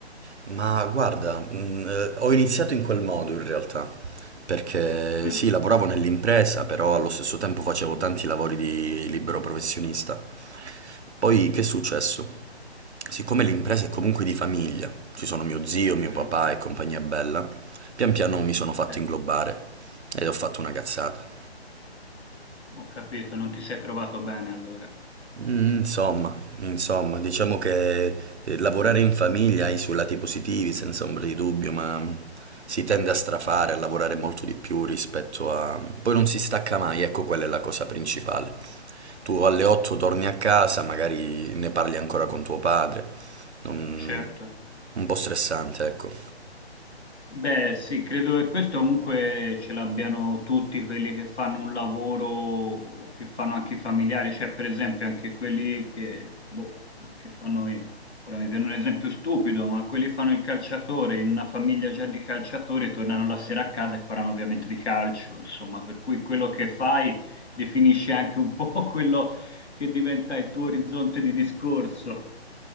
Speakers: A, on the right; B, on the left.
A: Ma guarda, mh, eh, ho iniziato in quel modo in realtà, perché
B: Mm,
A: sì, lavoravo nell'impresa, però allo stesso tempo facevo tanti lavori di libero professionista. Poi che è successo? Siccome l'impresa è comunque di famiglia, ci sono mio zio, mio
B: mm,
A: papà e compagnia bella, pian piano mi sono fatto
B: sì,
A: inglobare ed ho fatto una cazzata.
B: ho capito, non ti sei trovato bene allora.
A: Mm, Insomma, insomma, diciamo che eh, lavorare in famiglia ha i suoi lati positivi, senza ombra di dubbio, ma mm, si tende a strafare, a lavorare molto di più rispetto a... Poi non si stacca mai, ecco quella è la cosa principale. Tu alle 8 torni a casa, magari ne parli ancora con tuo padre, non-
B: Certo.
A: un po' stressante, ecco.
B: Beh, sì, credo che questo comunque ce l'abbiano tutti quelli che fanno un lavoro, o che fanno anche i familiari, cioè per esempio anche quelli che, boh, che fanno, i- ora mi viene un esempio stupido, ma quelli che fanno il calciatore in una famiglia già di calciatori tornano la sera a casa e parlano ovviamente di calcio, insomma, per cui quello che fai definisce anche un po' <laughs> quello che diventa il tuo orizzonte di discorso.